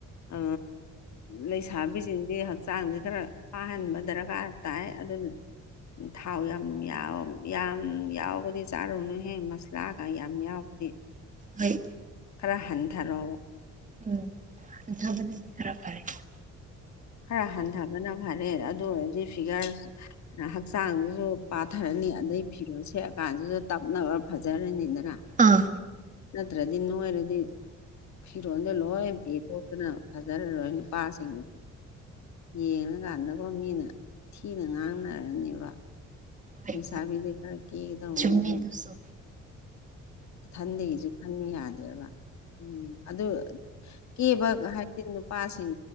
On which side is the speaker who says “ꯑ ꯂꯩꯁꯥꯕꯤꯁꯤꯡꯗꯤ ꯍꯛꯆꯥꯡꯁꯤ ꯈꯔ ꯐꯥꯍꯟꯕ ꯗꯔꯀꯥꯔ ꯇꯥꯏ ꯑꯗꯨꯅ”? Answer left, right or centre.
Left